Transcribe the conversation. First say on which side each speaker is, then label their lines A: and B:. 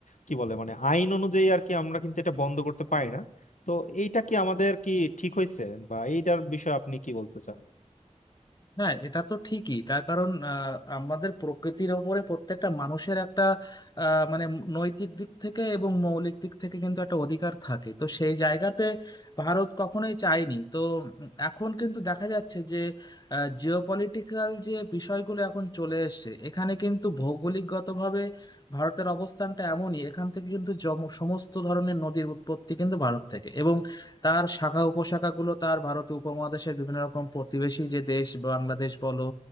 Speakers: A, on the left (about 80°); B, on the left (about 35°).
A: কি বলে মানে আইন অনুযায়ী আর কি আমরা কিন্তু এটা বন্ধ করতে পারি না তো এইটা কি আমাদের কি ঠিক হয়েছে বা এইটার বিষয়ে আপনি কি বলতে চান
B: হ্যাঁ এটা তো ঠিকই তার কারণ আহ, আমাদের প্রকৃতির ওপরে প্রত্যেকটা মানুষের একটা আহ, মানে নৈতিক দিক থেকে এবং মৌলিক দিক থেকে কিন্তু একটা অধিকার থাকে তো সেই জায়গাতে ভারত কখনোই চায়নি তো উম, এখন কিন্তু দেখা যাচ্ছে যে জিওপলিটিক্যাল যে বিষয়গুলো এখন চলে এসেছে এখানে কিন্তু ভৌগোলিকগতভাবে ভারতের অবস্থানটা এমনই এখান থেকে কিন্তু জম- সমস্ত ধরনের নদীর উৎপত্তি কিন্তু ভারত থেকে এবং তার শাখা উপশাখাগুলো তার ভারতীয় উপমহাদেশের বিভিন্ন রকম প্রতিবেশী যে দেশ বাংলাদেশ বলো